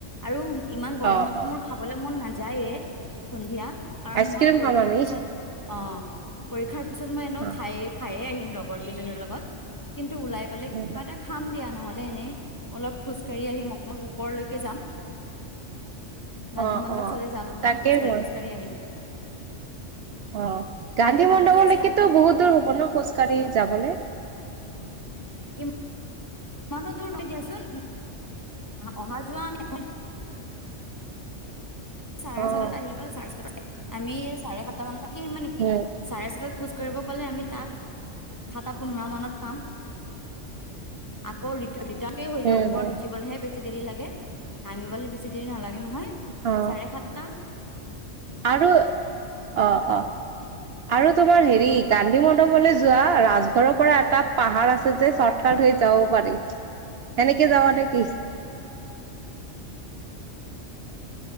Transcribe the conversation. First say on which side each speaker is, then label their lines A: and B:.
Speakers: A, on the left; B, on the right.
A: আৰু ইমান গৰমততো
B: অ', অ',
A: মোৰ খাবলৈ মন নাযায়েই সন্ধিয়া কাৰণ
B: আইচক্ৰীম
A: মই পৰীক্ষাৰ
B: খাম আমি
A: পিছত অ। পৰীক্ষাৰ পিছত মই এনেও
B: অ',
A: খাই খায়েই আহিম লগৰ কেইজনীৰ লগত। এইটো ওলাই গ'লে,
B: উম,
A: কিবা এটা খাম দিয়া। নহ'লে এনেই অলপ খোজকাঢ়ি আহিম, অকমান ওপৰলৈকে যাম। গান্ধীমণ্ডপ
B: অ', অ',
A: ফালে যাম অকণমান,
B: তাকেই
A: খোজকাঢ়ি-খোজকাঢ়ি
B: মই
A: আহিম।
B: অ, গান্ধী
A: আৰু
B: মণ্ডপলৈকেতো
A: বাকী আজি ৰাতি
B: বহুত দূৰ হব ন, খোজ কাঢ়ি যাবলৈ?
A: ইমা <unintelligible> ইমানো দূৰ নহয় দিয়াচোন, অহা-যোৱা আমি চাৰে
B: অ',
A: ছয়তা আহিবা, চাৰে ছয়তাতে, আমি চাৰে সাতটা মান, ৰাতি আহিবা নেকি?
B: উম,
A: চাৰে ছয়তা খোজ কৰিব গ'লে আমি তাত, সাতটা পোন্ধৰ মানত পাম। আকৌ ৰিটাৰ্ণ হৈ যায়
B: উম,
A: ওপৰত
B: উম,
A: উঠিবলৈহে বেছি দেৰি লাগে, নামিবলৈ বেছি দেৰি নালাগে নহয়।
B: অ',
A: চাৰে সাতটা
B: আৰু অ-অ আৰু তোমাৰ হেৰি গান্ধী মণ্ডপলৈ যোৱা, ৰাজঘৰৰ পৰা এটা পাহাৰ আছে যে, চৰ্টকাত সেইফালে যাব পাৰি, সেনেকে যাৱা নেকি?
A: <inaudible>